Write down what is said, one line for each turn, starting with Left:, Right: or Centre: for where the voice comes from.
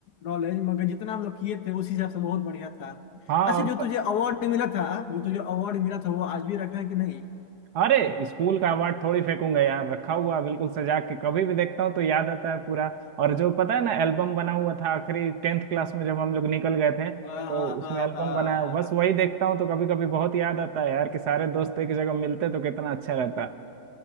Left: नॉलेज मगर जितना हम लोग किए थे उस हिसाब से बहुत बढ़िया था
Right: हाँ
Left: अच्छा
Right: और
Left: जो तुझे अवार्ड मिला था जो तुझे अवार्ड मिला था वो आज भी रखा है कि नहीं
Right: अरे स्कूल का अवार्ड थोड़ी फेंकूंगा यार रखा हुआ बिल्कुल सजा के कभी भी देखता हूँ तो याद आता है पूरा और जो पता है ना एल्बम बना हुआ था आखिरी टेंथ क्लास में जब हम लोग निकल गए थे
Left: हाँ
Right: तो
Left: हाँ
Right: उसमें
Left: हाँ
Right: एल्बम
Left: हाँ।
Right: बना है बस वही देखता हूँ तो कभी कभी बहुत याद आता है यार कि सारे दोस्त एक जगह मिलते तो कितना अच्छा रहता